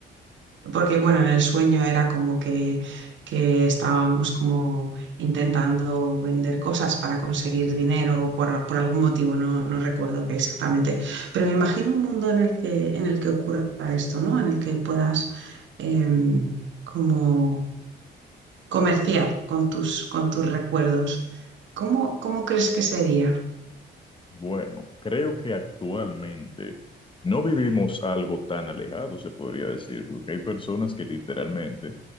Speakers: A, on the right (about 70°); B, on the left (about 25°).
A: porque, bueno, en el sueño era como que, que estábamos como intentando vender cosas para conseguir dinero por, por algún motivo, no, no recuerdo qué exactamente. Pero me imagino un mundo en el que, en el que ocurra esto, ¿no? En el que puedas... em, como comerciar con tus, con tus recuerdos. ¿Cómo, cómo crees que sería?
B: Bueno, creo que actualmente no vivimos algo tan alejado, se podría decir, porque hay personas que literalmente,